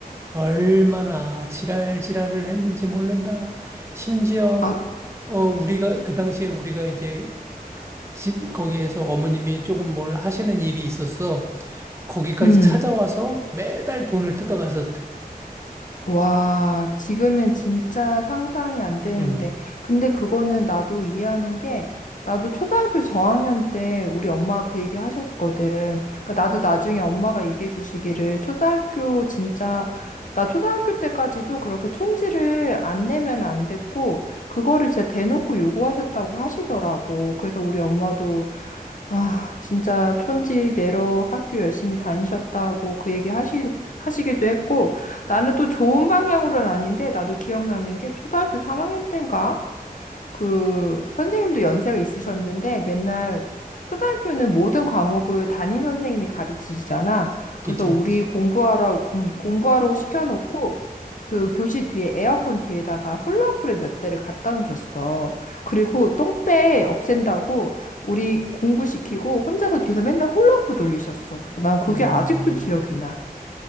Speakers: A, on the right; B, on the left.
A: 얼마나 지랄지랄을 했는지 모른다. 심지어
B: 아,
A: 어 우리가 그 당시에 우리가 이제 집 거기에서 어머님이 조금 뭘 하시는 일이 있었어. 거기까지
B: 음.
A: 찾아와서 매달 돈을 뜯어갔었대.
B: 와, 지금은 진짜 상상이 안 되는데.
A: 응,
B: 근데 그거는 나도 이해하는 게, 나도 초등학교 저학년 때 우리 엄마가 그 얘기 하셨었거든. 그러니까 나도 나중에 엄마가 얘기해 주시기를, 초등학교 진짜, 나 초등학교 때까지도 그렇게 촌지를 안 내면 안 됐고, 그거를 진짜 대놓고 요구하셨다고 하시더라고. 그래서 우리 엄마도, 아, 진짜 촌지 내러 학교 열심히 다니셨다고 그 얘기 하신, 하시기도 했고, 나는 또 좋은 방향으로는 아닌데, 나도 기억나는 게 초등학교 3학년 때인가? 그 선생님도 연세가 있으셨는데, 맨날 초등학교는 모든 과목을 담임 선생님이 가르치시잖아.
A: 그치,
B: 그래서 우리
A: 그치.
B: 공부하라, 음, 공부하라고 시켜놓고, 그 교실 뒤에 에어컨 뒤에다가 훌라후프를 몇 대를 갖다 놓으셨어. 그리고 똥배 없앤다고 우리 공부시키고 혼자서 뒤에서 맨날 훌라후프 돌리셨어. 난 그게
A: 음.
B: 아직도 기억이 나.